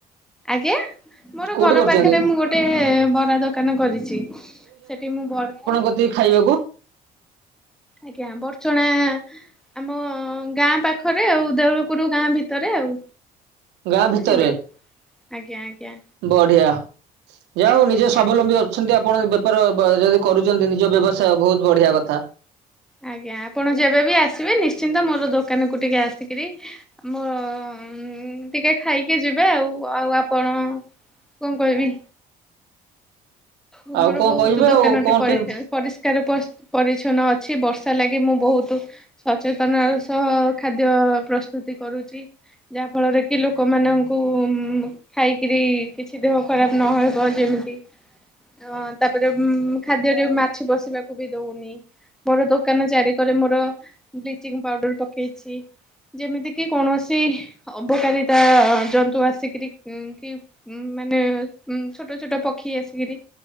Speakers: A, in the centre; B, on the right.
A: ଆଜ୍ଞା ମୋର
B: କୋଉଠି
A: ଘର
B: କରୁଛନ୍ତି?
A: ପାଖରେ ମୁଁ ଗୋ ଟେ ବରା ଦୋକାନ କରିଛି ସେଠି ମୁଁ ବରା
B: ଦିଏ ଖାଇବାକୁ?
A: ଆଜ୍ଞା ବଡ଼ଚଣା ଆମ ଗାଁ ପାଖରେ ଆଉ ଦେଉଳୁକୁରୁ ଗାଁ ଭିତରେ ଆଉ।
B: ଗାଁ ଭିତରେ
A: ବୁଝିଲେ ଆଜ୍ଞା ଆଜ୍ଞା
B: ବଢ଼ିଆ ଯାହା ହଉ ନିଜେ
A: ଆଜ୍ଞା
B: ସ୍ଵାବଲମ୍ବୀ ଅଛନ୍ତି ଆପଣ ବେପାର ବା ଯଦି କରୁଛନ୍ତି ନିଜ ବ୍ୟବସାୟ ବହୁତ ବଢ଼ିଆ କଥା।
A: ଆଜ୍ଞା ଆପଣ ଯେବେବି ଆସିବେ ନିଶ୍ଚିନ୍ତ ମୋର ଦୋକାନକୁ ଟିକେ ଆସିକିରି ମୋର ଉଁ ଉଁ ଉଁ ଟିକେ ଖାଇକି ଯିବେ ଆଉ ଆଉ ଆପଣ କଣ କହିବି ଉମର
B: ଆଉ କଣ
A: ବହୁତ
B: କହିବେ
A: ଦୋକାନଟେ
B: ଆଉ କଣ
A: ପଡିଥାଉ।
B: କେମିତି
A: ପରିଷ୍କାର ପସ ପରିଚ୍ଛନ୍ନ ଅଛି ବର୍ଷା ଲାଗି ମୁଁ ବହୁତୁ ସଚେତନାର ସହ ଖାଦ୍ୟ ପ୍ରସ୍ତୁତି କରୁଚି। ଯାହା ଫଳରେ କି ଲୋକମାନଙ୍କୁ ଉ ଖାଇକିରି କିଛି ଦେହ ଖରାପ ନହେବ ଯେମତି। ହଁ ତାପରେ ଉଁ ଖାଦ୍ୟରେ ମାଛି ବସିବାକୁ ବି ଦଉନି। ମୋର ଦୋକାନ ଚାରି କରେ ମୋର ବ୍ଲିଚିଂ ପାଉଡର ପକେଇଛି। ଯେମିତି କିି କୌଣସି ଅବକାରିତା ଜନ୍ତୁ ଆସିକିରି ଉଁ କି ଉଁ ମାନେ ଉଁ ଛୋଟ ଛୋଟ ପକ୍ଷୀ ଆସିକିରି